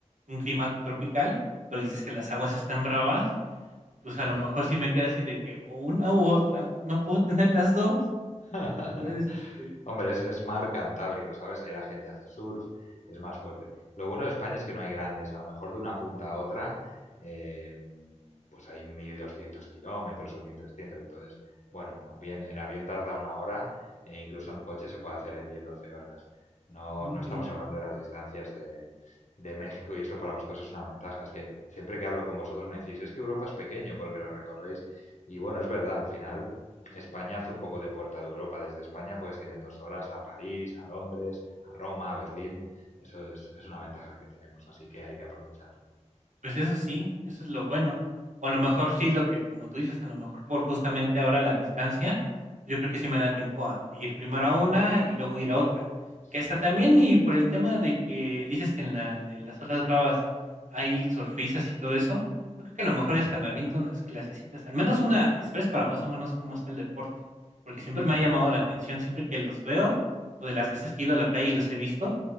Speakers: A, on the right; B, on the left.
A: un clima tropical, pero dices que las aguas están bravas pues
B: Sí,
A: a lo mejor si me queda así de que o una u otra, no puedo tener las dos.
B: <laughs>
A: Entonces, este,
B: Hombre, es, es mar Cantábrico, ¿sabes? Ahí la gente hace surf, es más fuerte. Lo bueno de España es que no hay grandes, a lo mejor de una punta a otra, eh, pues hay 1200 kilómetros o mil trescientos, entonces, bueno, bien, el avión tarda una hora e incluso en coche se puede hacer en diez doce horas. No,
A: mira.
B: no estamos hablando de las distancias de, de México y eso para vosotros es una ventaja. Es que siempre que hablo con vosotros me decís, es que Europa es pequeño porque lo recorréis. Y bueno, es verdad, al final España hace un poco de puerta de Europa. Desde España puedes ir en dos horas a París, a Londres, a Roma, a Berlín. Eso es, es una ventaja que tenemos, así que hay que aprovechar.
A: Pues eso sí, eso es lo bueno. O a lo mejor sí, lo que, como tú dices, a lo mejor por justamente ahora la distancia, yo creo que sí me da tiempo a ir primero a una y luego ir a otra.
B: Eso
A: Que hasta
B: es.
A: también, y por el tema de que dices que en la de las olas bravas hay surfistas y todo eso, yo creo que a lo mejor
B: Ujú.
A: hasta me aviento unas clasecitas, al menos una express para más o menos cómo está el deporte. Porque siempre
B: Claro,
A: me ha llamado
B: hay que,
A: la atención, siempre que los veo, o de las veces que he ido a la playa y los he visto,